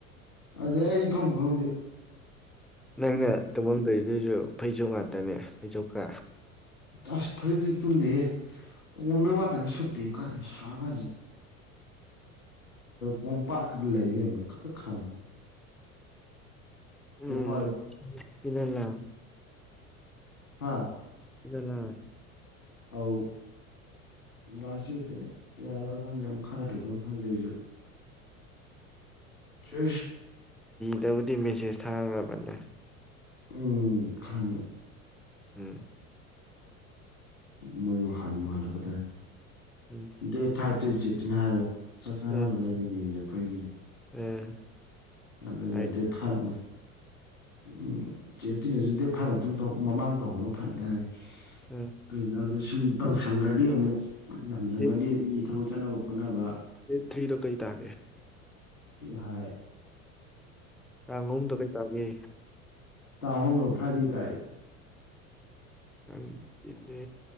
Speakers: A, on the left (about 85°); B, in the centre.
A: ꯑꯗꯩ ꯑꯩ ꯈꯪ ꯈꯪꯧꯗꯦ
B: ꯅꯪꯅ ꯇꯨꯝꯃꯝꯗꯣꯏꯗꯨꯁꯨ ꯐꯩꯖꯣ ꯉꯥꯛꯇꯅꯦ ꯐꯩꯖꯣꯀ
A: ꯑꯁ ꯐꯖꯤꯛ ꯐꯗꯤꯛ ꯇꯨꯝꯗꯦ ꯀꯣꯟꯝꯕꯩ ꯋꯥꯇꯗꯤ ꯁꯇꯦ ꯀꯥꯟꯗ ꯁꯥꯔ ꯀꯥꯟꯁꯤꯦ ꯀꯣꯝꯄꯥꯛ ꯂꯩ ꯂꯩꯕ ꯈ ꯈꯪꯉ
B: ꯎꯝ
A: ꯀꯣꯝꯄꯥꯛ
B: ꯎꯝ ꯏꯂ ꯃꯣ
A: ꯍꯥꯥ
B: ꯏꯂ
A: ꯑꯧ ꯂꯥꯁꯗꯣꯏꯅꯦ ꯌꯥ ꯐꯪꯛ ꯈ ꯇꯗꯅ ꯐꯪꯁꯨ
B: <inaudible>
A: ꯀ
B: ꯗꯕꯨꯗꯤ ꯃꯦꯁꯦꯖ ꯊꯥꯈ꯭ꯔꯕꯅꯦ
A: ꯎꯝ ꯈꯪ
B: ꯎꯝ
A: ꯃꯣꯏꯕꯨ ꯍꯥꯟꯕꯨꯜꯂ ꯀ
B: ꯎꯝ
A: ꯗꯦꯠ ꯐꯥꯏ ꯆ ꯇꯤꯟꯍꯕ ꯆꯠꯅꯥꯟꯅꯕ
B: ꯎꯝ
A: ꯂꯩꯕꯅꯤ ꯑꯩꯈꯣꯏꯒꯤ
B: ꯎꯝ
A: ꯑꯗꯨꯔꯗꯤ
B: ꯍꯥꯏꯗꯤ
A: ꯐꯥꯝ ꯎꯝ ꯆꯦ ꯇꯤꯟꯅꯁꯨ ꯗꯦꯠ ꯐꯥꯏꯐ ꯃꯇꯨꯡ ꯇꯧ ꯃꯃꯥꯡ ꯇꯧꯕꯅ ꯐꯅꯤ ꯍꯥꯏꯔ
B: ꯎꯝ
A: ꯀꯩꯅꯣꯗ ꯁꯨꯝ ꯇꯧꯁꯪꯒꯗꯤ ꯑꯃꯨꯛ ꯌꯥꯝꯖꯪꯉꯗꯤ
B: ꯗꯦꯠ
A: ꯃꯤ ꯊꯕꯛ ꯆꯠꯅꯕ ꯈꯣꯠꯅꯕ
B: ꯗꯦꯠ ꯊ꯭ꯔꯤꯗꯣ ꯀꯩ ꯇꯥꯒꯦ
A: ꯍ
B: ꯇꯥꯡ ꯑꯍꯨꯝꯗ ꯀꯩ ꯇꯥꯒꯦ
A: ꯇꯥꯍꯣꯣ ꯐ꯭ꯔꯥꯏꯗꯦ ꯇꯥꯏ
B: ꯎꯝ ꯀꯪꯇ꯭ꯔꯤꯅꯦ